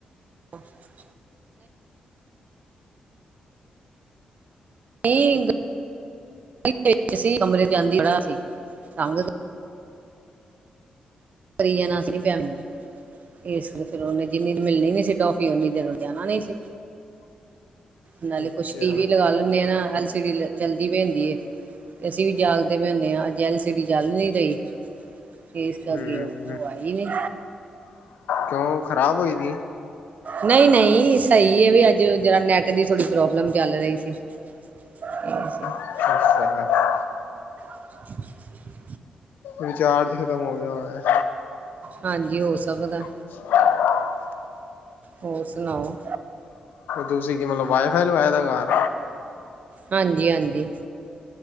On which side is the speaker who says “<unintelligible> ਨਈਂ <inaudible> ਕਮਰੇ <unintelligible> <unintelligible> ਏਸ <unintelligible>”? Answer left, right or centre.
Right